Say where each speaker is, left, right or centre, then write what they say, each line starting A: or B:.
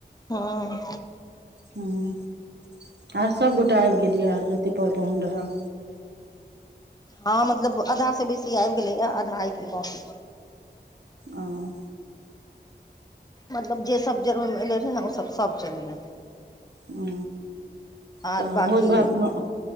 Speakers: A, on the left; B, on the right.
A: हँ
B: हँ आर सबगोटा आबि गेल यऽ जतेक पर पाहुन रहै
A: हँ मतलब आधासँ बेसी आबि गैलयया आधा अखन बाँकी छय
B: औं
A: मतलब जे सब जरबैमे एले रहै ने ओ सब सब चलि एलय
B: ह
A: आर
B: तऽ
A: बाँकी
B: भोज भातमे